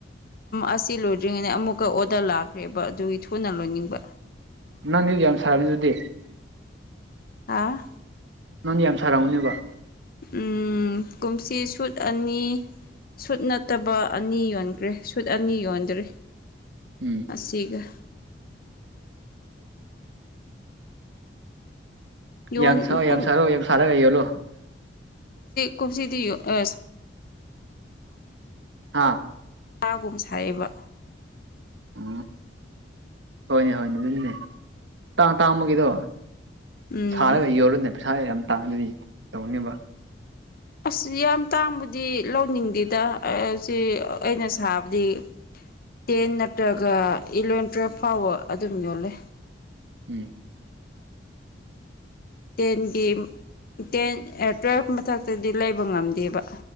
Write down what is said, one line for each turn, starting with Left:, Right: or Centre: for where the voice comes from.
Left: ꯑꯁꯤ ꯂꯣꯏꯗ꯭ꯔꯤꯉꯩꯗ ꯑꯃꯨꯛꯀ ꯑꯣꯗꯔ ꯂꯥꯛꯈ꯭ꯔꯦꯕ ꯑꯗꯨꯒꯤ ꯊꯨꯅ ꯂꯣꯏꯅꯤꯡꯕ
Right: ꯅꯪꯅꯦꯗꯤ ꯌꯥꯝ ꯁꯥꯔꯅꯤ ꯑꯗꯨꯗꯤ
Left: ꯑ
Right: ꯅꯪꯗꯤ ꯌꯥꯝ ꯁꯥꯔꯎꯅꯦꯕ
Left: ꯎ ꯀꯨꯝꯁꯤ ꯁꯨꯠ ꯑꯅꯤ ꯁꯨꯠ ꯅꯠꯇꯕ ꯑꯅꯤ ꯌꯣꯟꯈ꯭ꯔꯦ ꯁꯨꯠ ꯑꯅꯤ ꯌꯣꯟꯗ꯭ꯔꯤ
Right: ꯎꯝ
Left: ꯑ ꯁꯤꯒ ꯌꯣꯟ
Right: ꯌꯥꯝ ꯁꯣ ꯌꯥꯝ
Left: ꯀꯨꯝ
Right: ꯁꯔꯣ ꯌꯥꯝ ꯁꯔꯥ ꯌꯣꯜꯂꯣ
Left: ꯀꯨꯝꯁꯤꯗꯤꯌ ꯑ
Right: ꯍꯥꯥ
Left: ꯆꯥꯒꯨꯝ ꯁꯥꯏꯕ
Right: ꯎꯝ ꯍꯣꯏꯅꯦ ꯍꯣꯏꯅꯦ ꯑꯗꯨꯅꯦ ꯇꯥꯡ ꯇꯥꯡꯕꯒꯤꯗꯣ
Left: ꯎꯝ
Right: ꯁꯥꯔꯒ ꯌꯣꯜꯂꯗꯅ ꯄꯩꯁꯥ ꯌꯥꯝ ꯇꯥꯡꯗ꯭ꯔꯗꯤ ꯇꯧꯅꯦꯕ
Left: ꯑꯁ ꯌꯥꯝ ꯇꯥꯡꯕꯗꯤ ꯂꯧꯅꯤꯡꯗꯦꯗ ꯁꯤ ꯑꯩꯅ ꯁꯥꯕꯗꯤ ꯇꯦꯟ ꯅꯠꯇ꯭ꯔꯒ ꯏꯂꯚꯦꯟ ꯇꯨꯋꯦꯜꯐ ꯐꯥꯎꯕ ꯑꯗꯨꯝ ꯌꯣꯂꯦ
Right: ꯎꯝ
Left: ꯇꯦꯟꯒꯤ ꯇꯦꯟ ꯇꯨꯋꯦꯜꯐ ꯃꯊꯛꯇꯗꯤ ꯂꯩꯕ ꯉꯝꯗꯦꯕ